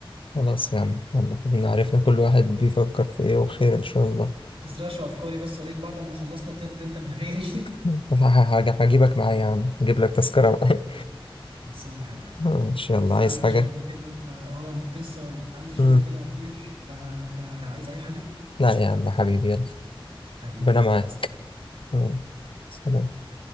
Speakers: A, on the left; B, on the right.
A: خلاص يا عم يلا خلينا عرفنا كل واحد بيفكر في ايه وخير إن شاء الله
B: ما تسرقش افكاري بس عليك بعد ما خلصنا طرت انت من غيري
A: <laughs> هجيبك معايا يا عم اجيب لك تذكرة بقى
B: <laughs> خلصانه يا حبيبي
A: ماشي
B: لسه
A: يلا عايز
B: عندي
A: حاجة
B: شغل كده فا اه انا كنت لسه اقول لك عندي شغل
A: مم.
B: كده وطير فانت عايز اي حاجه
A: لا يا عم حبيبي يلا
B: حبيبي
A: ربنا معاك
B: مع السلامه
A: يلا، سلام